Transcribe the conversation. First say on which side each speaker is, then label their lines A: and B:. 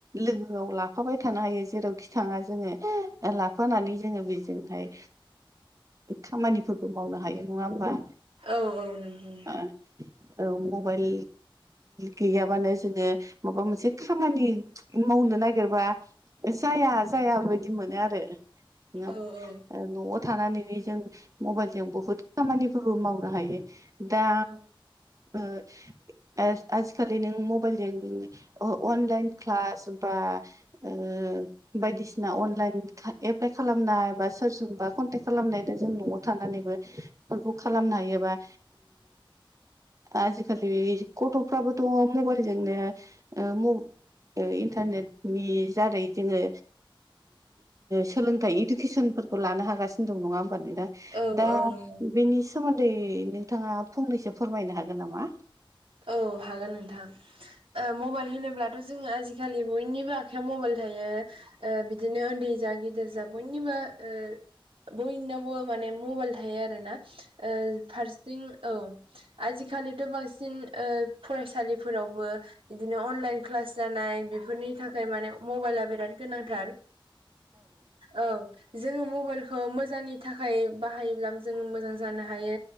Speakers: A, on the right; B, on the right.
A: लोगोआव लाफाबाय थानो हायो जेरावखि थांङा जोंङो। ओ लाफानानै जोंङो बेजोंहाय खामानिफोरबो मावनो हायो नंङा होमबा
B: औ औ नोंगौ नोंथां।
A: ओ औ मबाइल गैयाबानो जोंङो माबा मोनसे खामानि मावनो नागिरबा जाया जाया बे बायदि मोनो आरो ओ
B: औ औ
A: न'आव थानानैनो। जों मबाइलजों बुहुद खामानिफोरबो मावनो हायो। दा
B: औ
A: उम आज आजिखालि नों मबाइलजों अनलाइन क्लास बा <unintelligible> बायदिसिना अनलाइन एप्लाइ खालामनाय बा सोरजोंबा कनटेक्ट खालामनाय दा जों न'आव थानानैबो बेफोरखौ खालामनो हायोबा आजिखालि गथ'फ्राबोथ' मबाइलजोंनो ओ म ओ इन्टारनेटनि जारै जोंङो सोलोंथाइ इदुकेसनफोरखौ लानो हागासिनो दं नंङा होम दा
B: औ
A: दा
B: औ नंगौ
A: बेनि सोमोन्दै नोंथांङा फंनैसो फोरमायनो हागोन नामा?
B: औ हागोन नोंथां ओ मबाइल होनोब्ला बो जोंङो आजिखालि बयनिबो आखाइयाव मबाइल थायो। ओ बिदिनो ओन्दै जा गिदिर जा बयनिबो ओ बयनावबो माने मबाइल थायो आरो ना। ओ फारसिथिं औ आजिखालिथ' बांसिन ओ फरायसालिफोरावबो बिदिनो अनलाइन क्लास जानाय बेफोरनि थाखाय माने मबाइला बिराद गोनांथार। औ जोङो मबाइलखौ मोजांनि थाखाय बाहायोब्ला जों मोजां जानो हायो।